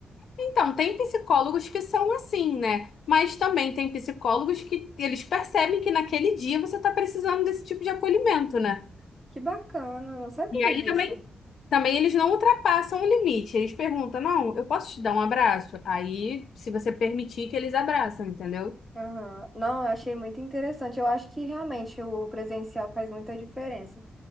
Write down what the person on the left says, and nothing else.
Então, tem psicólogos que são assim, né? Mas também tem psicólogos que eles percebem que naquele dia você está precisando desse tipo de acolhimento, né?
E aí
também, também eles não ultrapassam o limite. Eles perguntam, não, eu posso te dar um abraço? Aí, se você permitir que eles abraçam, entendeu?